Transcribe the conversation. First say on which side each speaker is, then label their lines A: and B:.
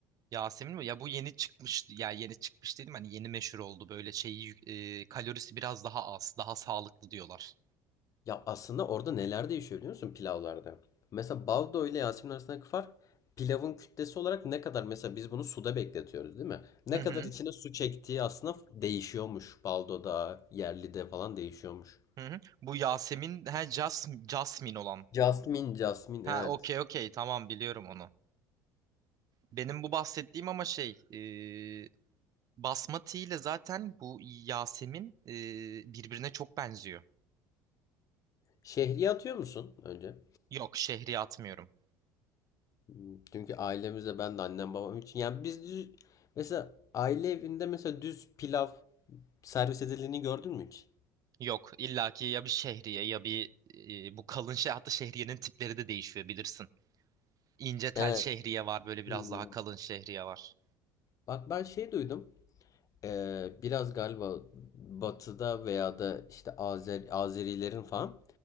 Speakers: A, on the right (about 45°); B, on the left (about 40°).
A: Yasemin mi? Ya bu yeni çıkmış ya yeni çıkmış dedim hani yeni meşhur oldu böyle şeyi yük- e, kalorisi biraz daha az daha sağlıklı diyorlar.
B: Ya aslında orada neler değişiyor biliyor musun pilavlarda? Mesela baldo ile Yasemin arasındaki fark pilavın kütlesi olarak ne kadar mesela biz bunu suda bekletiyoruz değil mi? Ne
A: Hı hı
B: kadar içine su çektiği aslında değişiyormuş. Baldo'da, yerlide falan değişiyormuş.
A: hı. hı. Bu Yasemin ha Jas Jasmine olan.
B: Jasmine, Jasmine,
A: Ha
B: evet.
A: okey okey tamam biliyorum onu. Benim bu bahsettiğim ama şey e, basmati ile zaten bu Yasemin e, birbirine çok benziyor.
B: Şehriye atıyor musun önce?
A: Yok şehriye atmıyorum.
B: Hmm, Çünkü ailemizde ben de annem babam için yani biz düz, mesela aile evinde mesela düz pilav servis edildiğini gördün mü hiç?
A: Yok illaki ya bir şehriye ya bir e, bu kalın şey hatta şehriyenin tipleri de değişiyor bilirsin. İnce tel
B: Evet.
A: şehriye var böyle biraz
B: Hmm.
A: daha kalın şehriye var.
B: Bak ben şey duydum. Ee, biraz galiba batıda veya da işte Azer Azerilerin falan